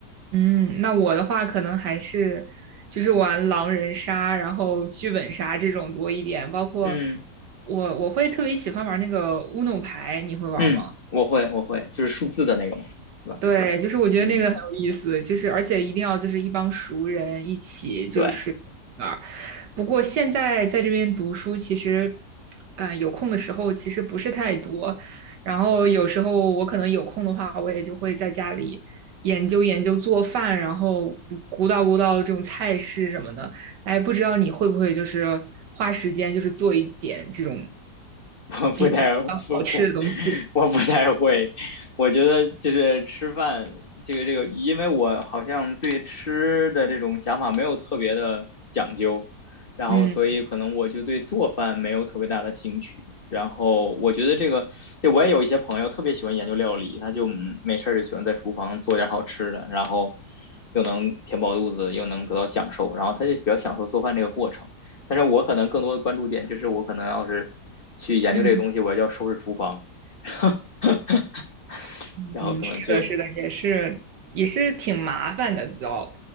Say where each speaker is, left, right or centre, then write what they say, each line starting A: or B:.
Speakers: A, on the right; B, on the left.
A: 嗯，那我的话可能还是就是玩狼人杀，然后剧本杀这种多一点，包括
B: 嗯
A: 我我会特别喜欢玩那个乌弄牌，你会玩吗？
B: 嗯，我会我会，就是数字的那个嘛，对吧？
A: 对，就是我觉得那个很有意思，
B: 嗯，
A: 就是而且一定要就是一帮熟人一起就是玩儿。
B: 对。
A: 不过现在在这边读书，其实，呃，有空的时候其实不是太多。然后有时候我可能有空的话，我也就会在家里研究研究做饭，然后鼓鼓捣鼓捣这种菜式什么的。哎，不知道你会不会就是花时间就是做一点这种
B: 我不太不我
A: 比较好吃的东西？
B: 我不太会，我觉得就是吃饭这个这个，因为我好像对吃的这种想法没有特别的讲究，然后所以可能我就对做饭没有特别大的兴趣。
A: 嗯
B: 然后我觉得这个，这我也有一些朋友特别喜欢研究料理，他就嗯没事儿就喜欢在厨房做点好吃的，然后又能填饱肚子，又能得到享受，然后他就比较享受做饭这个过程。但是我可能更多的关注点就是我可能要是去研究这个东西，
A: 嗯。
B: 我要收拾厨房，<laughs>
A: 嗯，
B: 然后可能就
A: 是的，是的，也是也是挺麻烦的，知糟。